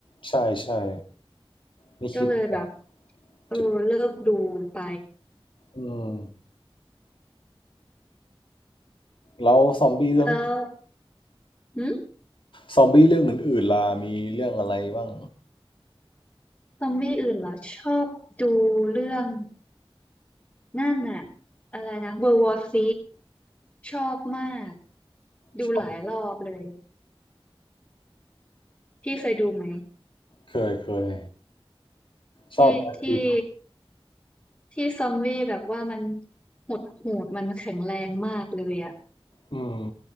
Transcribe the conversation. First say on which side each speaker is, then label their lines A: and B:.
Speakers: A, on the left (about 60°); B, on the left (about 20°).
A: ใช่ใช่ไม่คิดแบบ
B: ก็เลยแบบเออเลิกดูไป
A: จะอืมแล้วซอมบี้เรื่อง
B: <laughs> แล้วหืม
A: ซอมบี้เรื่องอื่นๆล่ะมีเรื่องอะไรบ้าง
B: ซอมบี้อื่นเหรอชอบดูเรื่อง นั่นน่ะอะไรนะ World War C ชอบมากดูหลายรอบเลย
A: ชอบ
B: พี่เคยดูไหม
A: เคยเคยชอบแบลคพีท
B: ที่ที่ที่ซอมบี้แบบว่ามันหดหูดมันแข็งแรงมากเลยอ่ะ
A: อืม